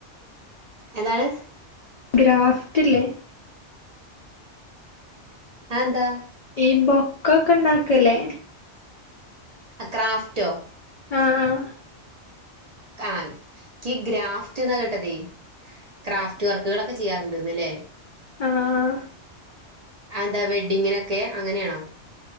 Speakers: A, on the right (about 50°); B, on the left (about 75°).
A: എന്താണ്?
B: ഗ്രാഫ്റ്റ്ലെ
A: അഹ് ന്താ?
B: ഈ ബൊക്കോക്കെ ഇണ്ടാക്കല്ലേ
A: ആഹ് ക്രാഫ്റ്റോ?
B: ആഹ് ആഹ്
A: ആഹ് ക്ക് ഗ്രാഫ്റ്റ് ന്നാ കേട്ടതെ ക്രാഫ്റ്റ് വർക്കുകളോക്കെ ചെയ്യാറുണ്ട് ന്ന്ല്ലേ
B: ആഹ്
A: അഹ് ന്താ വെഡിങ്ങിനൊക്കെ അങ്ങനെണോ?